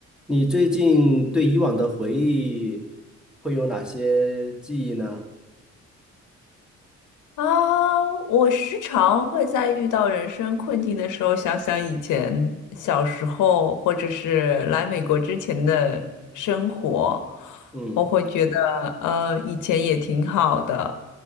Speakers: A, in the centre; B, on the left.
A: 你最近对以往的回忆会有哪些记忆呢？
B: 啊，我时常会在遇到人生困境的时候，想想以前小时候，或者是来美国之前的生活，
A: 嗯
B: 我会觉得，呃，以前也挺好的，